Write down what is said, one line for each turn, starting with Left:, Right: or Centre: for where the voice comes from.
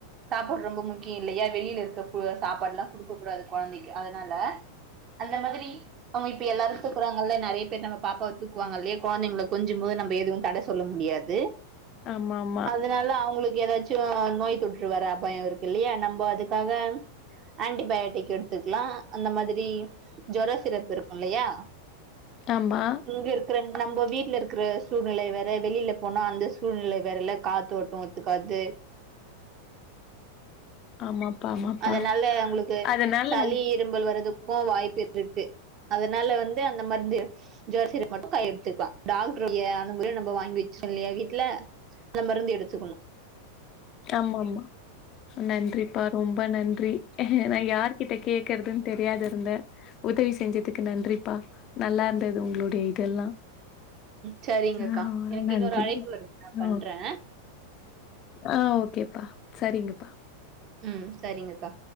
Right: சாப்பாடு ரொம்ப முக்கியோ இல்லியா வெளில இருக்க சாப்பாடு எல்லா குடுக்க கூடாது கொழந்திக்கு அதனால அந்த மாதிரி அவங்க இப்ப எல்லாரு துக்குறாங்கல்ல நெறைய பேர் நம்ம பாப்பா தூக்குவாங்கல்லையா கொழந்தைகள கொஞ்சு சும் போது நம்ம எதுவு தட சொல்ல முடியாது
Left: ஆமா ஆமா
Right: அதனால அவங்களுக்கு ஏதாச்சு கொஞ்சோ நோய் தொற்று வர அபாயோ இருக்கு இல்லியா நம்ப அதுக்காக ஆன்டிபயாட்டிக் எடுத்துக்லா அந்த மாதிரி ஜொர சிரப் இருக்குல்லியா
Left: ஆமா
Right: இங்க இருக்கிற நம்ம வீட்ல இருக்கிற சூழ்நிலை வேற வெளில போனா அந்த சூழ்நிலை வேறல்ல காத்தோட்டோ ஒத்துக்காது
Left: ஆமாப்பா ஆமாப்பா
Right: அதனால உங்களுக்கு
Left: அதுனால
Right: சளி இரும்பல் வரதுக்கு வாய்ப்பு இருக்கு அதனால வந்து அந்த மருந்து ஜொர சிரப் மட்டு கைலயெடுத்துக்லா டாக்டர் <unintelligible> நம்ம வாங்கி வெச்சோம்ல்லயா வீட்ல அந்த மருந்து எடுத்துக்கணு
Left: ஆமாம்மா நன்றிப்பா ரொம்ப நன்றி நா யாருகிட்ட கேக்குறதுன்னு தெரியாது இருந்தே உதவி செஞ்சதுக்கு நன்றிப்பா நல்லா இருந்தது உங்களுடைய இதெல்லா
Right: செரிங்க
Left: ஆ
Right: அக்கா எனக்கு
Left: நன்றி
Right: இன்னொரு அழைப்பு வருது நா
Left: ஓ
Right: பண்றே
Left: ஆ ஓகேப்பா செரிங்கப்பா
Right: ம் சரிங்கக்கா